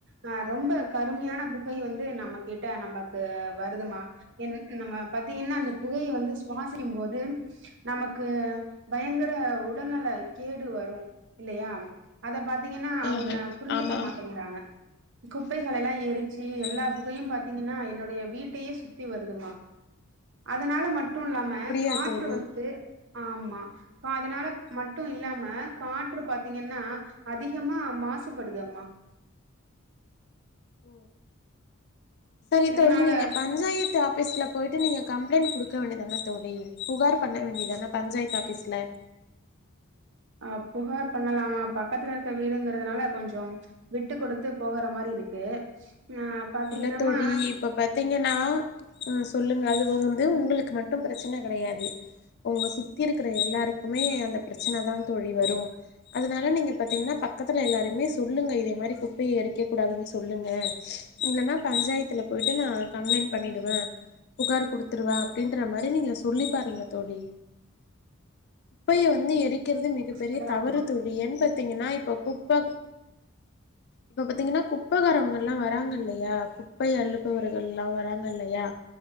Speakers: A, on the right; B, on the left.
A: ஆ ரொம்ப கருமையான புகை வந்து நம்ம கிட்ட நமக்கு வருதுமா என் நம்ம பாத்தீங்கன்னா அந்த புகய வந்து சுவாசிக்குபோது நமக்கு பயங்கர உடல்நல கேடு வரு இல்லயா அத பாத் தீங்கனா அவங்க
B: ஆஹ
A: புரிஞ்சிக்க
B: ஆமா
A: மாட்டேங்கறாங்க குப்பைகலலா ஏ ச்சி எல்லா
B: ம்
A: புகையு பாத்தீங்கன்னா என்னோட எ வீட்டயே சுத்தி வருதுமா அதனால மட் ட்டு இல்லாம
B: ஓ அப்டியா
A: காற்று
B: தோழி
A: வந்து ஆமா அதனால மட்டு இல்லாம காற்று பாத்தீங்கன்னா அதிகமா மாசுபடுதாமா
B: உ சரி
A: இதனால
B: தோளி நீங்க பஞ்சாயத்து ஆஃபீஸ்ல போயிட்டு நீங்க கம்ப்ளைண்ட் குடுக்க வேண்டியதானே தோழி புகார் பண்ண வேண்டியதானே பஞ்சாயத்து ஆபீஸ்ல
A: அப்புறமா பண்ணலாமா பக்கத்துல இருக்க வீடுங்கறதுனால கொஞ்சம் விட்டு கொடுத்து போகற மாரி இருக்கு ஆ பாத்தீங்கன்னாமா
B: இல்ல தோழி இப்ப பாத்தீங்கன்னா அ சொல்லுங்க அது வந்து உங்களுக்கு மட்டும் பிரச்சனை கிடையாது உங்க சுத்தி இருக்கற எல்லாருக்குமே அந்த பிரச்சனைதா தோழி வரும் அதனால நீங்க பாத்தீங்கன்னா பக்கத்துல எல்லாருமே சொல்லுங்க இதே மாரி குப்பையே எரிக்ககூடாதுன்னு சொல்லுங்க இல்லன்னா பஞ்சாயத்துல போயிட்டு நா கம்ப்ளைண்ட் பண்ணிடுவே புகாரு குடுத்துருவே அப்படின்ற மாரி நீங்க சொல்லி பாருங்க தோழி குப்பையை வந்து எரிக் அடிக்கிறது மிகப்பெரிய
A: சொல்லலாம்,
B: தவறு தோழி ஏன் பாத்தீங்கன்னா இப்ப குப்ப இப்ப பாத்தீங்கன்ன குப்பகாரங்கல்ல வராங்க இல்லிங் யா குப்பை அள்ளுபவர்கள்ல்லா வராங்க இல்லையா